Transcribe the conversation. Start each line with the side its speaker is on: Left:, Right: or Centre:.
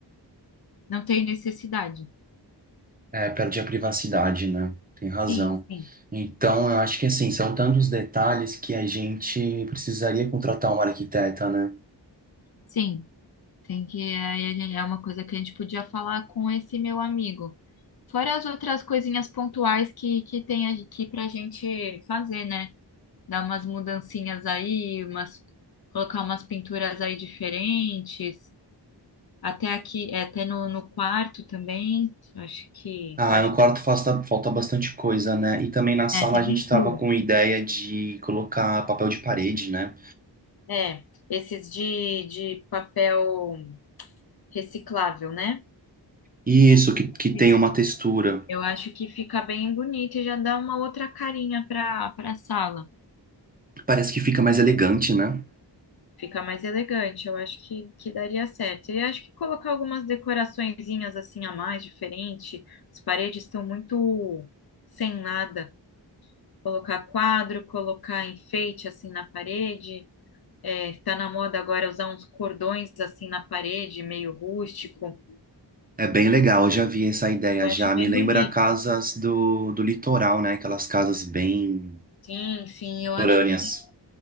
Left: não tem necessidade.
Right: É, perde a privacidade, né? Tem razão.
Left: Sim, sim.
Right: Então, eu acho que assim, são tantos detalhes que a gente precisaria contratar um arquiteta, né?
Left: Sim, tem que. Aí a gente- é uma coisa que a gente podia falar com esse meu amigo. Fora as outras coisinhas pontuais que, que tem aqui pra gente fazer, né? dar umas mudancinhas aí, umas, colocar umas pinturas aí diferentes, até aqui, é, até no, no quarto também, acho que
Right: Ah,
Left: pode
Right: no quarto
Left: dar.
Right: falta, falta bastante coisa, né? E também na sala
Left: É, tá
Right: a
Left: bem
Right: gente tava
Left: cru.
Right: com ideia de colocar papel de parede, né?
Left: É, esses de, de papel reciclável, né?
Right: Isso,
Left: Que, que-
Right: que, que tem
Left: Isso.
Right: uma textura.
Left: Eu acho que fica bem bonito e já dá uma outra carinha para para a sala.
Right: Parece que fica mais elegante, né?
Left: Fica mais elegante, eu acho que, que daria certo. E acho que colocar algumas decoraçõezinhas assim a mais, diferente. As paredes estão muito sem nada. Colocar quadro, colocar enfeite assim na parede. É, tá na moda agora usar uns cordões assim na parede, meio rústico.
Right: É bem legal, eu já vi essa ideia
Left: Eu
Right: já.
Left: acho
Right: Me
Left: bem
Right: lembra
Left: bonito.
Right: casas do, do litoral, né? Aquelas casas bem
Left: Sim, sim, eu
Right: litorâneas.
Left: acho que tem,